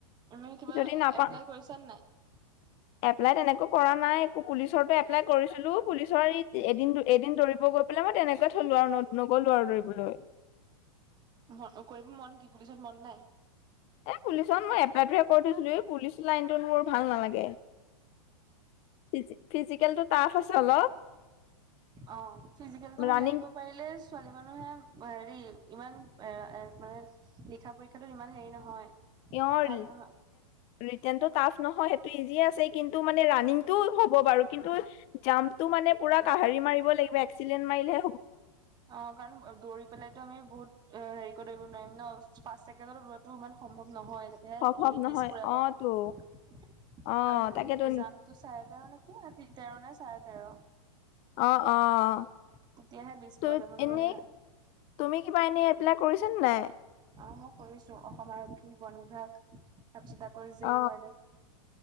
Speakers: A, on the right; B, on the left.
A: এনে কিবা
B: যদি নাপা
A: এপ্লাই কৰিছানে নাই?
B: এপ্লাই তেনেকৈ কৰা নাই, একো পুলিচৰো এপ্লাই কৰিছিলো পুলিচৰ ইত এদিন এদিন দৌৰিব গৈ পেলাই মই তেনেকৈ থলো আৰু ন' নগ'লো আৰু দৌৰিবলৈ।
A: ম কৰিব মন কি পুলিচত মন নাই?
B: এ, পুলিচত মই এপ্লাইটো কৰি থৈছিলো, এই পুলিচ লাইনটোত মোৰ ভাল নালাগে। ফিজে-ফিজিকেলটো টাফ আছে অলপ।
A: অ' ফিজিকেলটোত
B: ৰানিং
A: ওলাই আহিব পাৰিলে ছোৱালী মানুহে হেৰি ইমান এ, এ, মানে লিখা পৰীক্ষাতো ইমান হেৰি নহয়।
B: ইহল
A: টান নহয়
B: ৰিটেনটো টাফ নহয় সেইটো ইজিয় আছে। কিন্তু মানে ৰাণিংটো হ'ব বাৰু কিন্তু জাম্পটো মানে পুৰা কাহাৰি মাৰিব লাগিব, এক্সডেণ্ট মাৰিলে
A: অ' কাৰণ দৌৰি পেলাইতো আমি বহুত অ' হেৰি কৰিব নোৱাৰিম ন' পাঁচ ছেকেণ্ডত লোৱাটো ইমান সম্ভৱ নহয় তেতিয়াহে
B: সম্ভৱ
A: হেৰি
B: নহয়
A: বিজ পুৰে
B: অ
A: পাম।
B: তো অ
A: আৰু যদি
B: তাকেতো
A: জামটো চাৰে তেৰ নেকি হ তেৰ নে চাৰে তেৰ?
B: অ', অ', অ'।
A: তেতিয়াহে বিজ
B: ত'
A: পোৱা যাব নহ'লে
B: এনেই
A: নাই।
B: তুমি কিবা এনে এপ্লাই কৰিছা নে নাই?
A: অ' মই কৰিছোঁ, অসম আৰক্ষী, বন বিভাগ। তাৰপিছত আকৌ জেইলোৱানে।
B: অ',